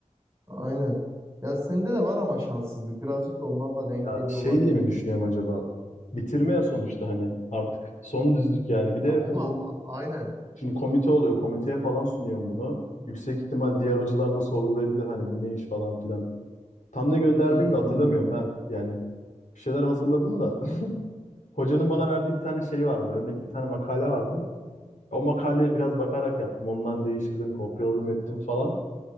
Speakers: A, on the right; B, on the left.
A: aynen. Ya sende de var ama şanssızlık. Birazcık da ondan da denk
B: Ya
A: geliyor
B: şey
A: olabilir.
B: diye mi düşünüyorum acaba? Bitirme ya sonuçta hani artık son düzlük yani. Bir de
A: Ya o
B: bu
A: da a- aynen.
B: şimdi komite oluyor. Komiteye falan sunuyorum bunu. Yüksek ihtimal diğer hocalar da sorgulayabilir hani bu ne iş falan filan. Tam ne gönderdiğimi
A: Hmm.
B: de hatırlamıyorum ha. Yani bir şeyler hazırladım da. <laughs> Hocanın bana verdiği bir tane şey vardı. Örnek bir tane makale vardı. O makaleye biraz bakarak yaptım. Ondan değiştirdim, kopyaladım, ettim falan.